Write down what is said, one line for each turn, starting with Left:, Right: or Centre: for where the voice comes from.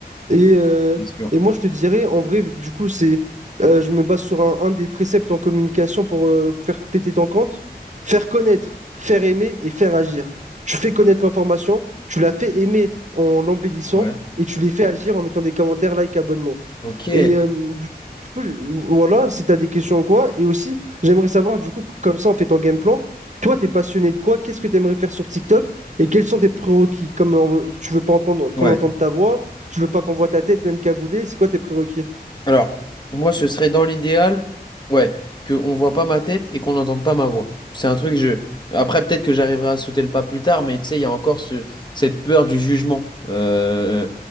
Right: Et, euh,
Left: bien sûr.
Right: et moi, je te dirais, en vrai, du coup, c'est, euh, je me base sur un, un des préceptes en communication pour euh, faire péter ton compte, faire connaître, faire aimer et faire agir. Tu fais connaître l'information, tu la fais aimer en l'embellissant
Left: Ouais.
Right: et tu les fais agir en mettant des commentaires, like, abonnement.
Left: Ok.
Right: Et euh, du coup, du coup, je- voilà, si tu as des questions ou quoi, et aussi, j'aimerais savoir, du coup, comme ça, on fait ton game plan. Toi, t'es passionné de quoi? Qu'est-ce que tu aimerais faire sur TikTok? Et quels sont tes prérequis? Comme on veut- tu veux pas entendre
Left: Ouais.
Right: qu'on entende ta voix, tu veux pas qu'on voit ta tête, même cagoulée, c'est quoi tes prérequis?
Left: Alors, moi, ce serait dans l'idéal, ouais, qu'on voit pas ma tête et qu'on n'entende pas ma voix. C'est un truc, je... Après, peut-être que j'arriverai à sauter le pas plus tard, mais tu sais, il y a encore ce- cette peur du jugement euh,